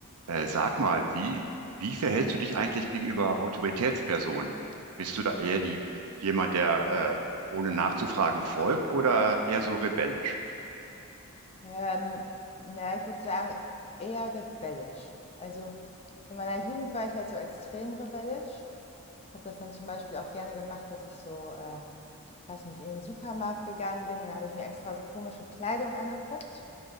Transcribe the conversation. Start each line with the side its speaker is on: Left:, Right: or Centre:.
Right: Äh, sag mal, wie, wie verhältst du dich eigentlich gegenüber Autoritätspersonen? Bist du da eher die, jemand, der äh, ohne nachzufragen folgt oder eher so rebellisch?
Left: Ähm, na, ich würde sagen, eher rebellisch. Also in meiner Jugend war ich halt so extrem rebellisch. Ich habe das dann zum Beispiel auch gerne gemacht, dass ich so, äh, weiß ich nicht, in den Supermarkt gegangen bin. da habe ich mir extra so komische Kleidung angeguckt,